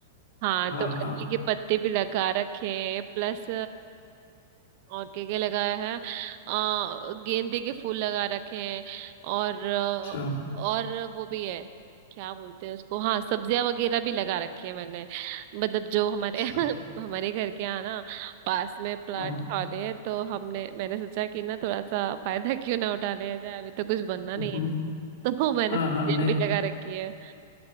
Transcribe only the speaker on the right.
हाँ
तो अरवी
के पत्ते भी लगा रखे हैं प्लस और क्या क्या लगाया है आ, गेंदे के फूल लगा रखे हैं और अ,
और वो भी है क्या बोलते हैं उसको हाँ सब्जियां वगैरह भी लगा रखी है मैंने मतलब जो हमारे
<laughs> हमारे घर के यहाँ ना पास में प्लाट
खाली है तो हमने मैंने सोचा कि ना थोड़ा सा फायदा <laughs> क्यों ना उठा लिया जाए अभी तो कुछ बनना नहीं
है <laughs> तो मैंने
सब्जियां
भी लगा रखी है